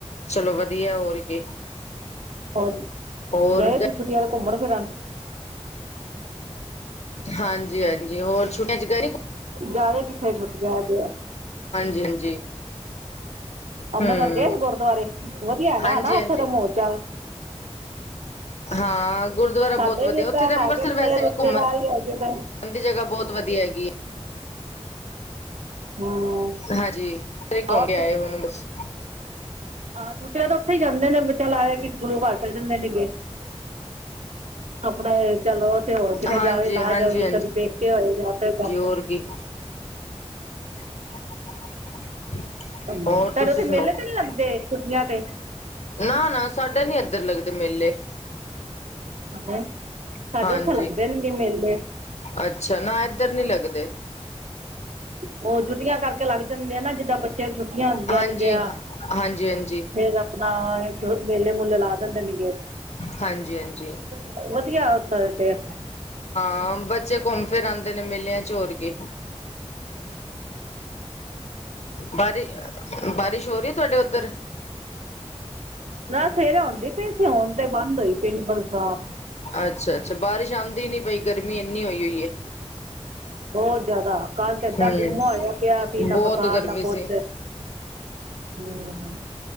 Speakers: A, on the left; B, on the right.
A: ਚਲੋ ਵਧੀਆ ਹੋਰ ਕੀ
B: ਹੋਰ
A: ਹੋਰ
B: ਗਏ
A: ਗ-
B: ਸੀ ਛੁੱਟੀਆਂ ਤੇ ਘੁੰਮਣ ਫਿਰਨ
A: ਹਾਂਜੀ ਹਾਂਜੀ ਹੋਰ ਛੁੱਟੀਆਂ ਚ ਗਹਿਣੀ
B: ਜ਼ਿਆਦਾ ਕਿੱਥੇ ਛੁੱਟੀਆਂ ਤੇ
A: ਹਾਂਜੀ ਹਾਂਜੀ
B: ਅੰਮ੍ਰਿਤਸਰ
A: ਹੂੰ
B: ਗਏ ਗੁਰਦੁਆਰੇ ਵਧੀਆ ਨਾ
A: ਹਾਂਜੀ
B: ਨਾ ਇੱਥੇ
A: ਹਾਂਜੀ
B: ਦਾ ਮੋਰ ਚਾਲ
A: ਹਾਂ ਗੁਰਦੁਆਰਾ
B: ਸਾਡੇ
A: ਬਹੁਤ ਵਧੀਆ
B: ਵੀ ਏਦਾਂ
A: ਉੱਥੇ ਤਾਂ ਅੰਮ੍ਰਿਤਸਰ
B: ਹੈਗੇ
A: ਵੈਸੇ
B: ਨੇ ਰਿਸ਼ਤੇਦਾਰ
A: ਵੀ ਘੁੰਮਣ
B: ਹੀ ਹੈਗੇ ਨੇ
A: ਉਹ ਦੀ ਜਗ੍ਹ ਬਹੁਤ ਵਧੀਆ ਹੈਗੀ ਹੈ
B: ਹਮ
A: ਹਾਂਜੀ ਤੇਰੇ
B: ਆਹ
A: ਘੁਮਗੇ ਆਏ ਹੁਣ ਬਸ
B: ਆਂ ਛੁੱਟੀਆਂ ਤਾਂ ਉੱਥੇ ਹੀ ਜਾਂਦੇ ਨੇ ਬਾਲ ਆਏ ਵੀ ਗੁਰੂ ਘਾਟ ਚ ਜਾਂਦੇ ਨੇਗੇ ਆਪਣਾ, ਚਲੋ ਤੇ ਹੋਰ ਕਿਤੇ
A: ਹਾਂਜੀ
B: ਜਾਵੇ ਨਾ
A: ਹਾਂਜੀ
B: ਜਾਵੇ,
A: ਹਾਂਜੀ
B: ਕਦੀ ਦੇਖ ਹੋਏ ਤਾਂ ਜਾਏ
A: ਜੀ ਹੋਰ ਕੀ <unintelligible>
B: ਤੁਹਾਡੇ
A: ਹੋਰ ਤੁਸੀਂ
B: ਉੱਥੇ,
A: ਸੁਣਾਓ
B: ਮੇਲੇ ਤੇ ਨੀ ਲੱਗਦੇ, ਛੁੱਟੀਆਂ ਤੇ?
A: ਨਾ- ਨਾ, ਸਾਡਾ ਨੀ ਇੱਧਰ ਲੱਗਦੇ ਮੇਲੇ।
B: ਹਾਂ, ਸਾਡੇ
A: ਹਾਂਜੀ
B: ਉੱਥੇ ਲੱਗਦੇ ਨੇ ਗੇ ਮੇਲੇ।
A: ਅੱਛਾ, ਨਾ ਇੱਧਰ ਨਹੀਂਂ ਲੱਗਦੇ।
B: ਉਹ ਛੁੱਟੀਆਂ ਕਰਕੇ ਲੱਗ ਜਾਂਦੇ ਆ, ਨਾ ਜਿੱਦਾਂ ਬੱਚਿਆਂ ਨੂੰ ਛੁੱਟੀਆਂ ਹੁੰਦੀਆਂ
A: ਹਾਂਜੀ ਹਾਂ,
B: <unintelligible>
A: ਹਾਂਜੀ ਹਾਂਜੀ
B: ਫੇਰ ਆਪਣਾ ਮੇਲੇ -ਮੂਲੇ, ਲਾ ਦਿੰਦੇ ਨੇ ਗੇ
A: ਹਾਂਜੀ ਹਾਂਜੀ
B: ਵਧ, ਵਧੀਆ ਥੋਂ ਦੇ
A: ਹਾਂ, ਬੱਚੇ ਘੁੰਮ ਫਿਰ, ਆਉਂਦੇ ਨੇ, ਮੇਲਿਆਂ ਚੋ ਹੋਰ ਕੀ
B: ਹਮ
A: ਬਾਰਿ, ਬਾਰਿਸ਼ ਹੋ ਰਹੀ ਤੁਹਾਡੇ ਉੱਧਰ?
B: ਨਾ, ਸਵੇਰੇ ਹੁੰਦੀ ਪਈ ਸੀ, ਹੁਣ ਤੇ ਬੰਦ ਹੋਈ ਪਈ ਬਰਸਾਤ।
A: ਅੱਛਾ- ਅੱਛਾ, ਬਾਰਿਸ਼ ਆਉਂਦੀ ਨੀ ਪਈ, ਗਰਮੀ ਇੰਨੀ ਹੋਈ -ਹੋਈ ਹੈ।
B: ਬਹੁਤ ਜ਼ਿਆਦਾ, ਕੱਲ ਤੇ ਏਦਾਂ
A: ਹਮ
B: ਗੁੰਮਾ ਹੋਇਆ ਪਿਆ ਸੀ, ਨਾ
A: ਬਹੁਤ
B: ਬਰਸਾਤ
A: ਗਰਮੀ
B: ਨਾ ਕੁਛ।
A: ਸੀ
B: ਹਮ